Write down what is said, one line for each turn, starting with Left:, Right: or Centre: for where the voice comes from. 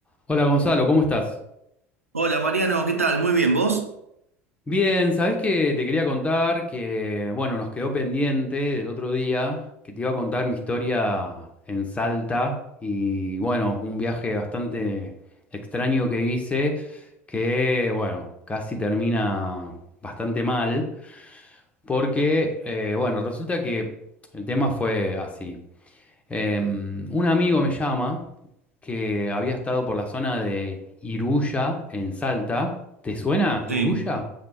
Left: Hola Gonzalo, ¿cómo estás?
Right: Hola Mariano, ¿qué tal? Muy bien, ¿vos?
Left: Bien, ¿sabés que te quería contar que, bueno, nos quedó pendiente del otro día que te iba a contar mi historia en Salta y, bueno, un viaje bastante extraño que hice que, bueno, casi termina bastante mal porque, eh, bueno, resulta que el tema fue así. Eh, un amigo me llama que había estado por la zona de Iruya, en Salta. ¿Te suena Iruya?
Right: Sí,